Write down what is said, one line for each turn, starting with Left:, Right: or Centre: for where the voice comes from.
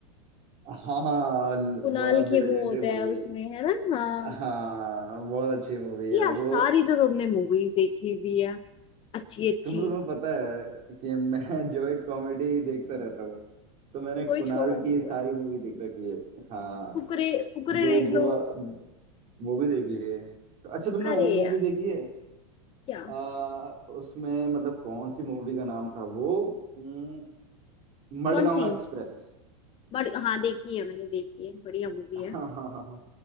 Right: हाँ
Left: कुणाल
Right: One of the
Left: खेमू
Right: legendary
Left: होता
Right: movie
Left: है उसमें है ना हाँ
Right: हाँ बहुत अच्छी मूवी है
Left: यार सारी
Right: वो
Left: तो तुमने मूवीज देखी हुई है अच्छी अच्छी
Right: तुम तो तुम्हें पता है कि मैं <laughs> जो एक कॉमेडी देखता रहता हूँ तो मैंने
Left: कोई
Right: कुणाल
Left: छोड़ा
Right: की
Left: नहीं हुआ
Right: सारी
Left: है
Right: मूवी देख रखी है हाँ
Left: फुकरे फुकरे
Right: गो
Left: देख
Right: गोवा
Left: लो
Right: वो भी देख ली है तो अच्छा तुमने
Left: अरे
Right: वो मूवी
Left: यार
Right: देखी है
Left: क्या
Right: आ, उसमें मतलब कौन सी मूवी का नाम था वो उम, मडगांव
Left: कौन सी
Right: एक्सप्रेस
Left: बड़ी हाँ देखी है मैंने देखी है बढ़िया मूवी
Right: <laughs> हाँ
Left: है
Right: हाँ हाँ हाँ,